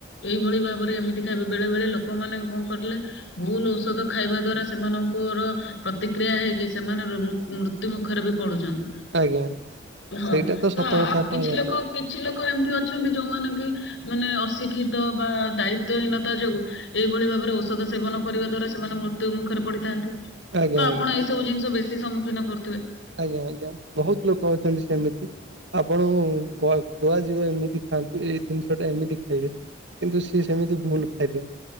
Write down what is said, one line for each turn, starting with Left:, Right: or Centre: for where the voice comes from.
Left: ଏଇଭଳି ଭାବରେ ଏମିତି ଖାଇବେ। ବେଳେ ବେଳେ ଲୋକ ଲୋକମାନେ କଣ କରିଲେ ଭୁଲ ଓଷଦ ଖାଇବା ଦ୍ଵାରା ସେମାନଙ୍କର ପ୍ରତିକ୍ରିୟା ହେଇକି ସେମାନେ ରୋ ମୁ ମୃତ୍ୟୁ ମୁୁଖରେ ବି ପଡୁଚନ୍ତି
Right: ଆଜ୍ଞା
Left: ହଁ
Right: ସେଇଟା
Left: ତ
Right: ସତ
Left: ଆଉ
Right: କଥା ଆପଣ
Left: କିଛି
Right: ଯାହା
Left: ଲୋକ
Right: କହିଲେ
Left: କିଛି ଲୋକ ଏମିତି ଅଛନ୍ତି ଯୋଉମାନେ କି ମାନେ ଅଶିକ୍ଷିତ ବା ଦାୟିତ୍ଵହୀନତା ଯୋଗୁ ଏଇ ଭଳି ଭାବରେ ଓଷଦ ସେବନ କରିବା ଦ୍ଵାରା ସେମାନେ ମୃତ୍ୟୁ ମୁଖରେ ପଡିଥାନ୍ତି।
Right: ଆଜ୍ଞା
Left: ତ
Right: ଆଜ୍ଞା
Left: ଆପଣ ଏଇ ସବୁ ଜିନିଷ ବେଶୀ ସମ୍ମୁଖୀନ କରୁଥିବେ।
Right: ଆଜ୍ଞା ଆଜ୍ଞା ବହୁତ ଲୋକ ଅଛନ୍ତି ସେମିତି। ଆପଣଙ୍କୁ କୁଆ ଯିବ ଏମିତି ଖାଆନ୍ତୁ ଏଇ ଜିନିଷ ଟା ଏମିତି ଖାଇବେ କିନ୍ତୁ ସିଏ ସେମିତି ଭୁଲ ଖାଇଦିଅନ୍ତି।